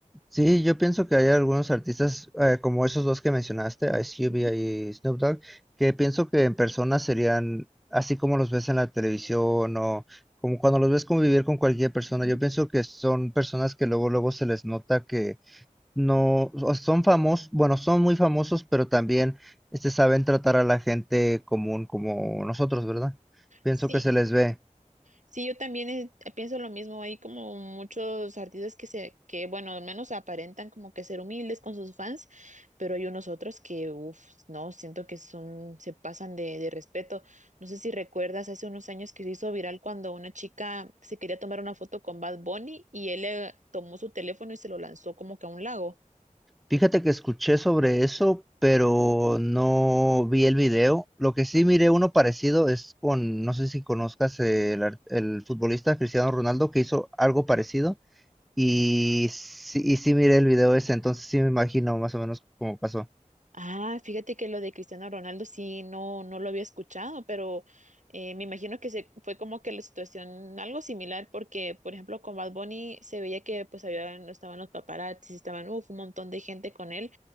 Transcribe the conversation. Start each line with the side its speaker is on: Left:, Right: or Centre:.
Centre: Sí, yo pienso que hay algunos artistas eh, como esos dos que mencionaste, Ice
Right: Ujú,
Centre: Cube y Snoop Dogg, que pienso que en persona serían así como los ves en la televisión o como cuando los ves convivir con cualquier persona.
Right: ujú.
Centre: Yo pienso que son personas que luego luego se les nota que no o son famosos, bueno, son muy famosos, pero también este saben tratar a la gente común como nosotros, ¿verdad? Pienso
Right: Sí,
Centre: que se les ve.
Right: Sí, yo también eh, pienso lo mismo. Hay como muchos artistas que se, que bueno, al menos aparentan como que ser humildes con sus fans, pero hay unos otros que, uff, no, siento que son, se pasan de, de respeto. No sé si recuerdas hace unos años que se hizo viral cuando una chica se quería tomar una foto con Bad Bunny y él le tomó su teléfono y se lo lanzó como que a un lago.
Centre: Fíjate que escuché sobre eso, pero no vi el video. Lo que sí miré uno parecido es con, no sé si conozcas el, ar- el futbolista Cristiano Ronaldo que hizo algo parecido y sí, y sí miré el video ese, entonces sí me imagino más o menos cómo pasó.
Right: Ah, fíjate que lo de Cristiano Ronaldo sí, no, no lo había escuchado, pero eh, me imagino que se, fue como que la situación algo similar, porque por ejemplo con Bad Bunny se veía que pues había, estaban los paparazzis, estaban uf, un montón de gente con él,